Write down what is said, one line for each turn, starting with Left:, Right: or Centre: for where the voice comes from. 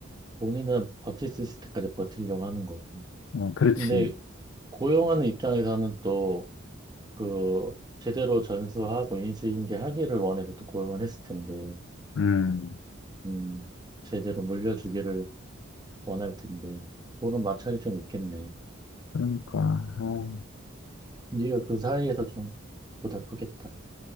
Right: 본인은 버틸 수 있을 때까지 버틸려고 하는 거고.
Left: 어, 그렇지.
Right: 근데 고용하는 입장에서는 또 그 제대로 전수하고 인수인계 하기를 원해서 또 고용을 했을 텐데,
Left: 음,
Right: 음, 제대로 물려주기를 원할 텐데. 그런 마찰이 좀 있겠네.
Left: 그러니까. 아.
Right: 네가 그 사이에서 좀 고달프겠다.